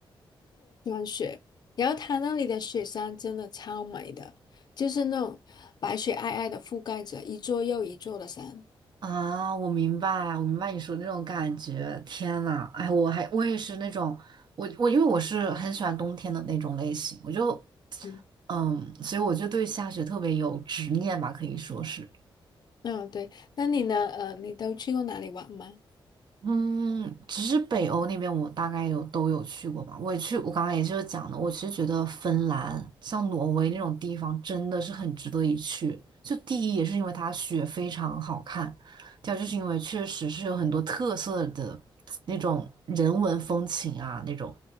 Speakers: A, on the left; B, on the right.
A: 雪。然后它那里的雪山真的超美的，就是那种白雪皑皑的覆盖着一座又一座的山。
B: 啊，我明白，我明白你说的那种感觉。天呐，哎，我还我也是那种，我我因为我是很喜欢冬天的那种类型，我就
A: 嗯
B: 嗯，所以我就对下雪特别有执念吧，可以说是。
A: 嗯，对，那你呢？呃，你都去过哪里玩吗？
B: 嗯，其实北欧那边我大概有都有去过吧。我也去，我刚刚也就是讲的，我其实觉得芬兰像挪威那种地方真的是很值得一去。就第一也是因为它雪非常好看，第二就是因为确实是有很多特色的那种人文风情啊，那种